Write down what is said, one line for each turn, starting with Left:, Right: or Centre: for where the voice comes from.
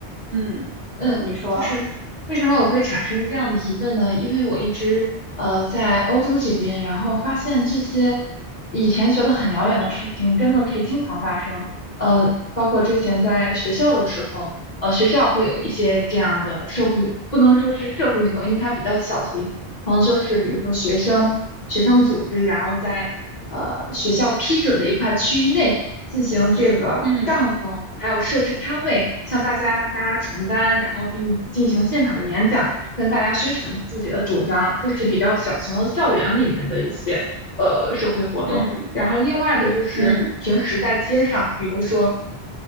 Right: 嗯，
Left: 嗯，
Right: 你说，
Left: 就是为什么我会产生这样的疑问呢？因为我一直呃在欧洲这边，然后发现这些以前觉得很遥远的事情，真的是经常发生。呃，包括之前在学校的时候，呃，学校会有一些这样的社会，不能说是社会运动，因为它比较小型，然后就是比如说学生学生组织，然后在呃学校批准的一块区域内进行这个帐篷，
Right: 嗯
Left: 还有设置摊位，向大家发传单，然后并进行现场的演讲，跟大家宣传自己的主张。这是比较小型的校园里面的一些呃社会活动。
Right: 嗯
Left: 然后另外的就是平时在街上，
Right: 嗯
Left: 比如说